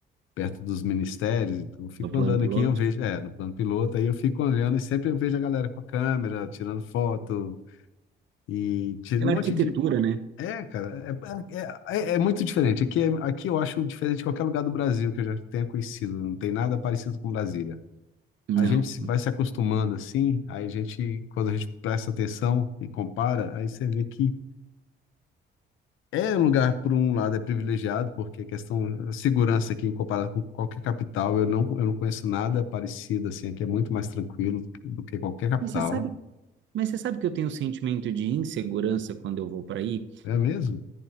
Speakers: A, on the left; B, on the right.
A: perto dos ministérios, então eu fico
B: no plano
A: andando
B: piloto.
A: aqui, eu vejo, é, no plano piloto, aí eu fico olhando e sempre eu vejo a galera com a câmera, tirando foto e tira
B: Pela
A: um monte
B: arquitetura,
A: de,
B: né?
A: É, cara, é, é, é- é muito diferente. Aqui, é- aqui eu acho diferente de qualquer lugar do Brasil que eu já tenha conhecido. Não tem nada parecido com Brasília.
B: Não.
A: A gente se- vai se acostumando assim, aí a gente, quando a gente presta atenção e compara, aí você vê que é um lugar, por um lado, é privilegiado, porque a questão a segurança aqui, em comparado com qualquer capital, eu não, eu não conheço nada parecido assim, aqui é muito mais tranquilo do que qualquer capital.
B: Mas você sabe, mas você sabe que eu tenho um sentimento de insegurança quando eu vou para aí?
A: É mesmo?